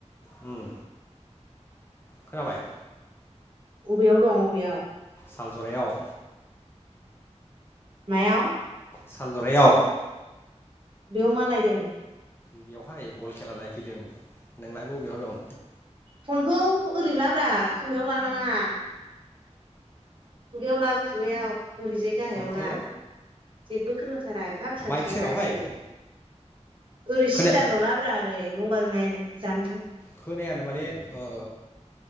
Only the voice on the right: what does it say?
अबेयाव दं अबेयाव
मायाव
बेयाव मालायदों
फनखौ ओरै लाब्रा खोमायाव लानाङा खुगायाव ला खुगायाव ओरैजाय गाहायाव
ला जेबो खोना थारा एफा फिसा
फिसा
रायलायो ओरै सिदा
ल' लाब्रा ओरै मबाइल नायनाय जान